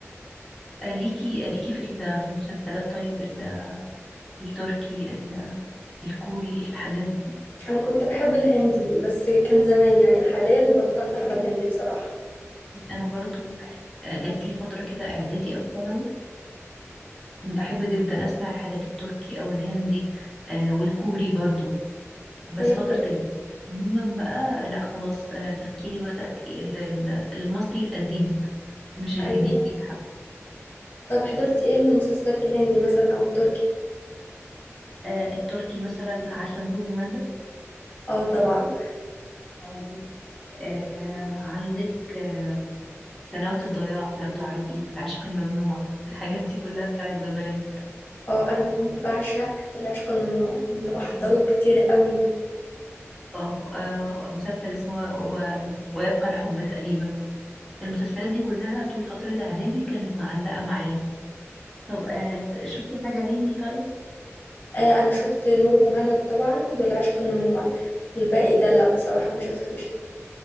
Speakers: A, in the centre; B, on the left (about 35°).
A: آه، ليكي آه، ليكي في ال- في المسلسلات طيب ال- التركي ال- الكوري الحاجات دي
B: انا كنت بحب الهندي بس كان زمان يعني حاليا بطلت احضر هندي بصراحة
A: أنا برضو آه، جات لي فترة كده إعدادي أو ثانوي أنا بحب جدا أسمع الحاجات التركي أو الهندي آه والكوري برضو بس
B: طيب
A: فترة الج- عموما بقى لا خلاص آه تفكيري بدأ ال- ال- للمصري القديم مش الجديد
B: ايوه
A: حتى
B: طيب حضرتي ايه من المسلسلات الهندي مثلا او التركي
A: آه التركي مثلا عارفة نور المهند
B: اه طبعا
A: أو آه عندك آه سنوات الضياع لو تعرفي العشق الممنوع الحاجات دي كلها بتاعت زمان
B: اه انا كنت بعشق العشق الممنوع كنت بحضره كتير قوي
A: اه آه، مسلسل اسمه و... و... ويبقى الحب تقريبا المسلسلات دي كلها طول فترة إعدادي كانت معلقة معايا طب آه شفتي حاجة هندي طيب؟
B: آه انا شفت نور مهند طبعا والعشق الممنوع الباقي ده لا بصراحة ما شفتوش